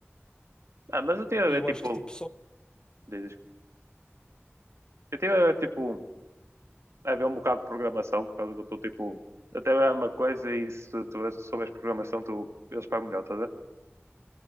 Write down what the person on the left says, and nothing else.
E
eu
acho que tipo só.